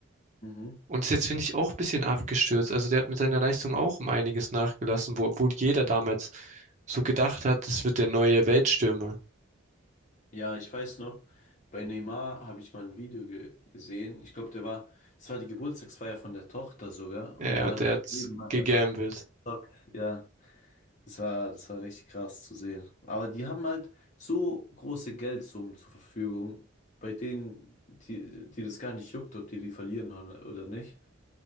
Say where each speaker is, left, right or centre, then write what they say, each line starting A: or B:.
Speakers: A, on the left; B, on the right.
A: mhm.
B: Und ist jetzt, finde ich, auch ein bisschen abgestürzt. Also der hat mit seiner Leistung auch um einiges nachgelassen, wo, obwohl jeder damals so gedacht hat, das wird der neue Weltstürmer.
A: Ja, ich weiß noch, bei Neymar habe ich mal ein Video ge gesehen. Ich glaube, der war, es war die Geburtstagsfeier von der Tochter sogar
B: Ja,
A: und
B: ja,
A: der
B: und
A: hat
B: der hat's
A: nebenbei
B: gegambelt.
A: einfach Stock, ja. Das war, das war richtig krass zu sehen. Aber die haben halt so große Geldsummen zur Verfügung, bei denen, die, die das gar nicht juckt, ob die die verlieren oder oder nicht.